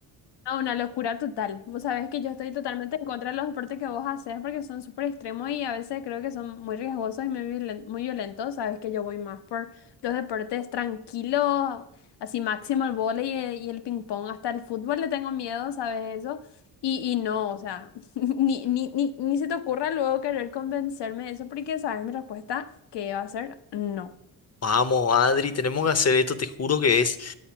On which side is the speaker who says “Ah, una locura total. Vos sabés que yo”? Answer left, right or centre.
Left